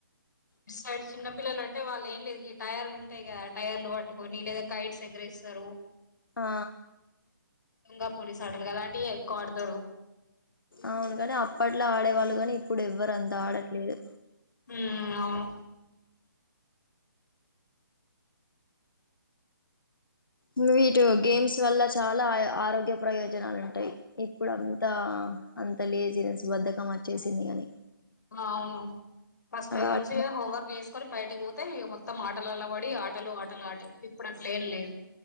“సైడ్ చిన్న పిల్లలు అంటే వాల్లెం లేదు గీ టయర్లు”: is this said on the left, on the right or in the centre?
Left